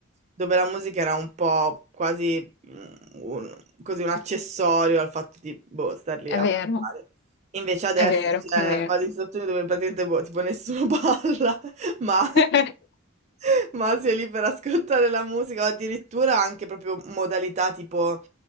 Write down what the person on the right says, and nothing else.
dove la musica era un po' quasi mm, un, così un accessorio al fatto di boh, star lì
a
ballare. Invece adesso
cioè,
vado in situazioni dove praticamente boh, tipo nessuno <laughs> balla ma,
<laughs> ma si è lì per ascoltare la musica, o addirittura anche proprio modalità tipo